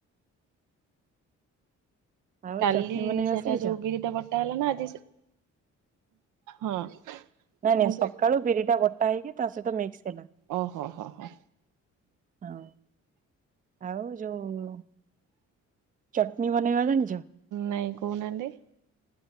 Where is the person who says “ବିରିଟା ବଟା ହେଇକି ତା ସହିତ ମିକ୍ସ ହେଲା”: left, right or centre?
Right